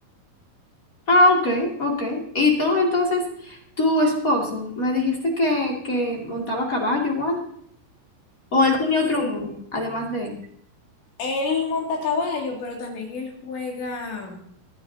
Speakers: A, on the left; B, on the left.
A: Ah, ok, ok. ¿Y tú entonces, tu esposo, me dijiste que, que montaba caballo igual? ¿O él tenía
B: Sí.
A: otro hobby, además de eso?
B: Él monta caballo, pero también él juega.